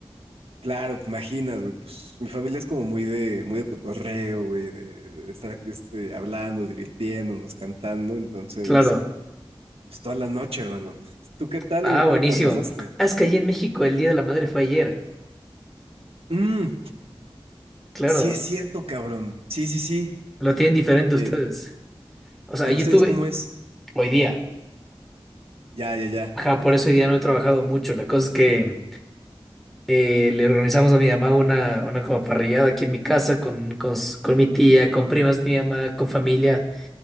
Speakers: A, on the right; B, in the centre.
A: claro, te imaginas, güey, pues mi familia es como muy de, muy de cotorreo, güey, de, de estar este, hablando, divirtiéndonos, cantando, entonces,
B: Claro.
A: pues toda la noche, hermano. ¿Tú qué tal,
B: Ah,
A: güey?
B: buenísimo.
A: ¿Cómo te la pasaste?
B: Ah, es que allí en México el Día de la Madre fue ayer.
A: Mm,
B: Claro,
A: sí es cierto, cabrón. Sí, sí, sí.
B: lo tienen diferente
A: Eh,
B: ustedes. O sea,
A: ¿con
B: yo
A: ustedes
B: tuve
A: cómo es?
B: hoy día.
A: Ya, ya, ya.
B: Ajá, por eso hoy día no he trabajado mucho. La cosa es que eh, le organizamos a mi mamá una, una como parrillada aquí en mi casa con, con, s- con mi tía, con primas de mi mamá, con familia.